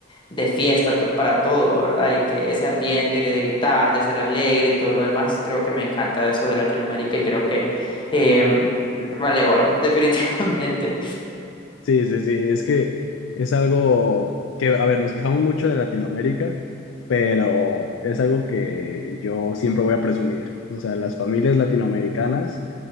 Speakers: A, on the left (about 25°); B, on the left (about 80°).
A: de fiesta to- para todo, ¿verdad? Y que ese ambiente que de gritar, de ser alegre y todo lo demás, creo que me encanta eso de Latinoamérica y creo que eh, vale oro, <laughs> definitivamente.
B: sí, sí, sí, es que es algo que, a ver, nos quejamos mucho de Latinoamérica, pero es algo que yo siempre voy a presumir. O sea, las familias latinoamericanas